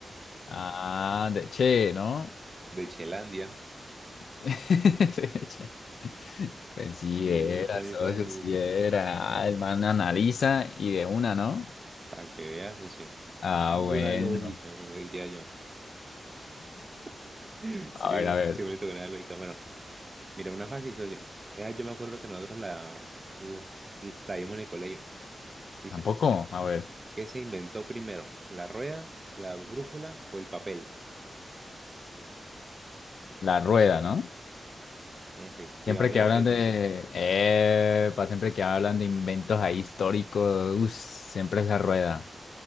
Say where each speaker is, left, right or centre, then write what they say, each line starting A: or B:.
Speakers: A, on the left (about 85°); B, on the right (about 25°).
A: Ah, de Che, ¿no?
B: de Chelandia.
A: <laughs> Pues sí
B: Mm,
A: era,
B: Está muy
A: socio,
B: fácil,
A: sí era. Ah, el man analiza y de una, ¿no?
B: Para que veas, socio.
A: Ah,
B: Pura
A: bueno.
B: lógica, como diría yo. <laughs> Sí,
A: A ver, a ver.
B: sí, bonito que era lógica. Bueno, Mira, una fácil, socio. Esa yo me acuerdo que nosotros la, la, la vimos en el colegio. Dice,
A: Tampoco, a ver.
B: ¿qué se inventó primero? ¿La rueda, la brújula o el papel?
A: La rueda, ¿no?
B: Efectivamente,
A: Siempre que hablan
B: socio.
A: de... Epa, siempre que hablan de inventos ahí históricos, uff, siempre es la rueda.